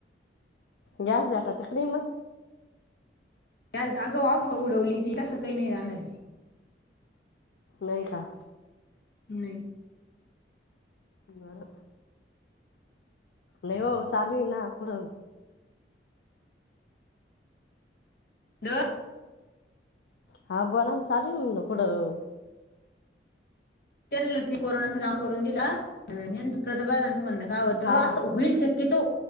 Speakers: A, on the left; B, on the left.
A: गॅस भेटता का नाय मगं?
B: अगं अफवा उडवली तसं काय नाय राहणार.
A: नाई का?
B: नई.
A: बर, नाय ओ चालू ए ना पुढ.
B: द <inaudible>
A: हा बोला ना चालू हाय म्हणल कुठं
B: त्यांलाच की कोरोनाचा काम करून दिला आणि ह्यांच प्रताप दादांंच म्हणण काय होत?
A: हा
B: अस हुईल शक्यतो